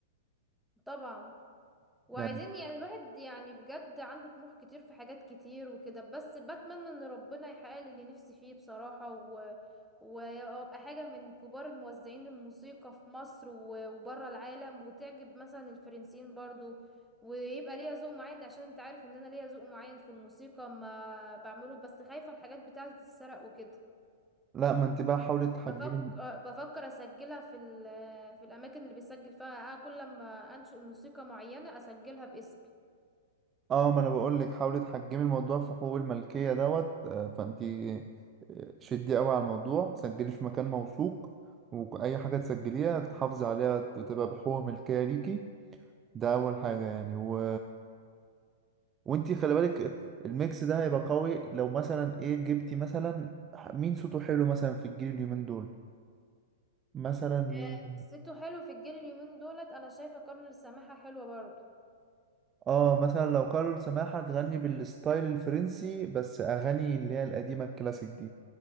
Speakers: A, in the centre; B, on the right (about 25°).
A: طبعا وعايزين
B: يعني
A: يعني الواحد يعني بجد عنده طموح كتير في حاجات كتير وكده بس بتمنى ان ربنا يحقق لي اللي نفسي فيه بصراحة و... وابقى حاجة من كبار الموزعين الموسيقى في مصر و... وبره العالم وتعجب مثلا الفرنسيين برضو ويبقى ليا ذوق معين عشان انت عارف ان انا ليا ذوق معين في الموسيقى ما بعمله بس خايفة الحاجات بتاعة تتسرق وكده
B: لا ما انت بقى حاولي تحجمي
A: بفكر بفكر اسجلها في ال... في الاماكن اللي بيسجل فيها آه، كل لما انشئ موسيقى معينة اسجلها باسمي
B: اه ما انا بقول لك حاولي تحجمي الموضوع في حقوق الملكيه دوت آه، فانتي آه، شدي قوي على الموضوع سجلي في مكان موثوق واي حاجه تسجليها تحافظي عليها تبقى بحقوق ملكيه ليكي ده اول حاجه يعني و وانتي خلي بالك الميكس ده هيبقى قوي لو مثلا ايه جبتي مثلا مين صوته حلو مثلا في الجيل اليومين دول مثلا مين
A: آه، صيته حلو في الجيل اليومين دولت انا شايفه كارول السماحه حلوه برضو
B: اه مثلا لو قالوا سماحة تغني بالستايل الفرنسي بس اغاني اللي هي القديمه الكلاسيك دي